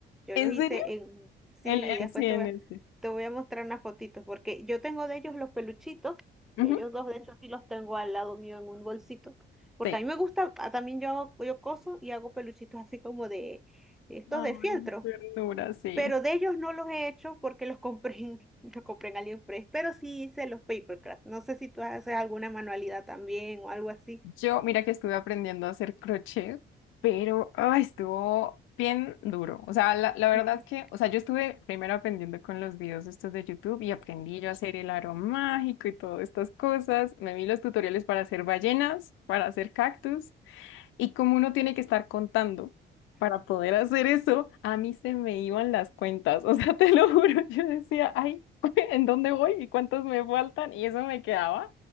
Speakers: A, in the centre; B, on the left (about 85°).
A: Yo
B: ¿En
A: los hice
B: serio?
A: en. Sí,
B: En, en,
A: después
B: sí, en
A: te voy a,
B: este.
A: te voy a mostrar unas fotitos, porque yo tengo de ellos los peluchitos,
B: Ujú,
A: de ellos dos, de hecho, aquí los tengo al lado mío en un bolsito, porque
B: sí.
A: a mí me gusta, ah, también yo hago, yo coso y hago peluchitos así como de, de estos
B: Ay,
A: de fieltro.
B: ternura, sí.
A: Pero de ellos no los he hecho porque los compré en, <laughs> los compré en AliExpress, pero sí hice los paper papercraft. No sé si tú haces alguna manualidad también o algo así.
B: Yo, mira que estuve aprendiendo a hacer crochet, pero ay, estuvo bien duro. O sea, la, la verdad
A: <laughs>
B: es que, o sea, yo estuve primero aprendiendo con los videos estos de YouTube y aprendí yo a hacer el aro mágico y todas estas cosas. Me vi los tutoriales para hacer ballenas, para hacer cactus. Y como uno tiene que estar contando para poder hacer eso, a mí se me iban las cuentas. O sea, <laughs> te lo juro, yo decía, ay, <laughs> ¿en dónde voy y cuántos me faltan? Y eso me quedaba.